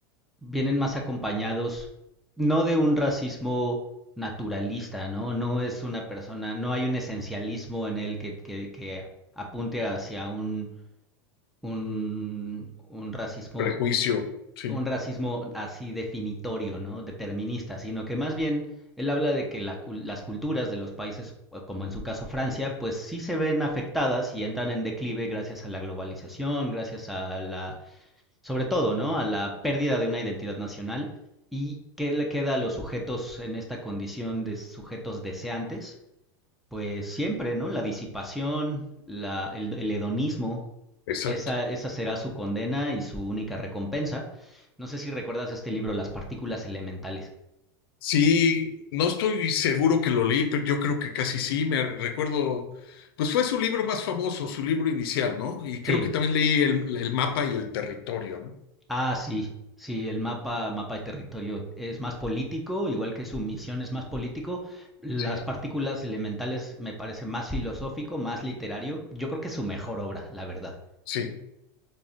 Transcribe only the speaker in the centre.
vienen más acompañados no de un racismo naturalista, ¿no? No es una persona, no hay un esencialismo en él que, que, que apunte hacia un, un, un racismo
un racismo así definitorio, ¿no? Determinista, sino que más bien él habla de que la cul- las culturas de los países, eh, como en su caso Francia, pues sí se ven afectadas y entran en declive gracias a la globalización, gracias a la, sobre todo, ¿no? A la pérdida de una identidad nacional. ¿Y qué le queda a los sujetos en esta condición de sujetos deseantes? Pues siempre, ¿no? La disipación, la, el, el hedonismo,
esa, esa será su condena y su única recompensa. No sé si recuerdas este libro, Las partículas elementales.
Sí,
ah, sí, sí, el mapa, mapa de territorio es más político, igual que su misión es más político. Las
partículas elementales me parece más filosófico, más literario. Yo creo que es su mejor obra, la verdad.